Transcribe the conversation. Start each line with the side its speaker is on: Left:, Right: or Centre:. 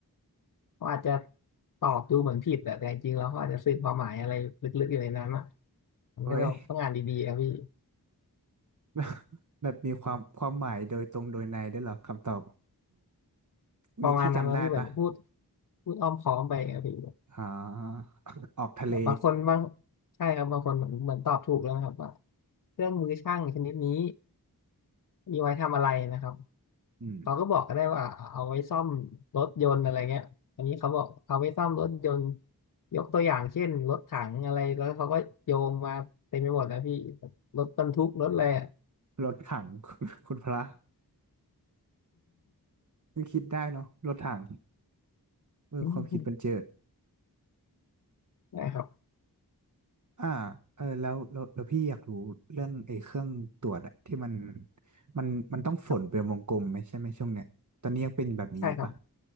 Left: เขาอาจจะตอบดูเหมือนผิดแต่แต่จริงๆแล้วเขาอาจจะสื่อความหมายอะไรลึกๆอยู่ในนั้นอ่ะมันก็ต้องต้องอ่านดีๆครับพี่
Right: เฮ้ย <laughs> แบบมีความความหมายโดยตรงโดยในได้วยเหรอคำตอบ
Left: ประมาณนั้นแล้วพี่เหมือนพูด
Right: มีที่จำได้ปะ
Left: พูดอ้อมค้อมไปครับพี่
Right: อ่า <laughs> ออกทะเล
Left: แบบบางคนบางใช่ครับบางคนเหมือนเหมือนตอบถูกแล้วนะครับว่าเครื่องมือช่างชนิดนี้มีไว้ทำอะไรนะครับ
Right: อืม
Left: เขาก็บอกก็ได้ว่าเอาไว้ซ่อมรถยนต์อะไรเงี้ยอันนี้เขาบอกเอาไว้ซ่อมรถยนต์ยกตัวอย่างเช่นรถถังอะไรแล้วเขาก็โยงมาเต็มไปหมดนะพี่รถบรรทุกรถอะไรอ่ะ
Right: รถถัง <laughs> คุณพระคิดได้เนาะรถถังเออความคิดบันเจิด
Left: อืมนะครับ
Right: อ่าเออแล้วแล้วแล้วพี่อยากรู้เรื่องไอ้เครื่องตรวจอะที่มันมันมันต้องฝนเป็นวงกลมไหมใช่ไหมช่วงเนี้ยตอนนี้ยังเป็นแบบนี้อยู่ปะ
Left: ครับใช่ครับ